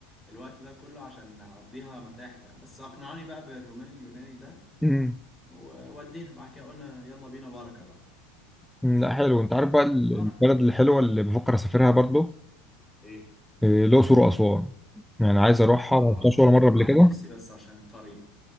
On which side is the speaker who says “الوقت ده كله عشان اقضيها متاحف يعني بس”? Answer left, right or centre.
Left